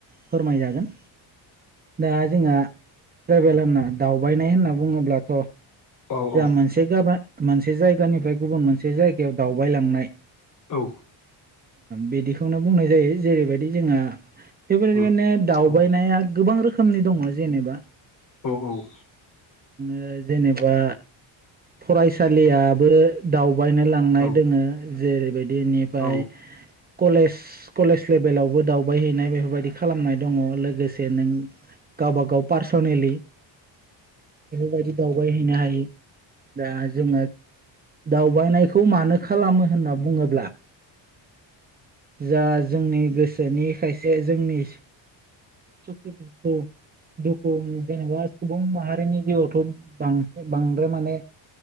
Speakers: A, on the right; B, on the left.
A: फोरमायजागोन। दा जोंहा ट्राइबेल होनना दावबायनाय होनना बुङोब्लाथ'
B: औ
A: जोंहा
B: औ
A: मोनसे गाबा मोनसे जायगानिफ्राय गुबुन मोनसे जायगायाव दावबायलांनाय
B: औ
A: बिदिखौनो बुंनाय जायो जेरैबायदि जोंहा बेबायदिबायनो
B: उम
A: दावबायनाया
B: औ
A: गोबां रोखोमनि दङ जेनेबा।
B: औ औ
A: ओ जेनेबा फरायसालियाबो दावबायनो लांनाय
B: औ
A: दोङो जेरैबायदि नेबाय
B: औ
A: कलेज कलेज लेभेलावबो दावबायहैनाय बेफोरबायदि खालामनाय दङ लोगोसे नों गावबा गाव पार्स'नेलि बेफोरबायदि दावबायहैनो हायो। दा जोङो दावबायनायखौ मानो खालामो होनना बुङोब्ला जा जोंनि गोसोनि खायसे जोंनि सखु‌‌ दुखु दुखु जेनेबा सुबुं माहारिनि जिउआवथ' बांसिन बांद्राय माने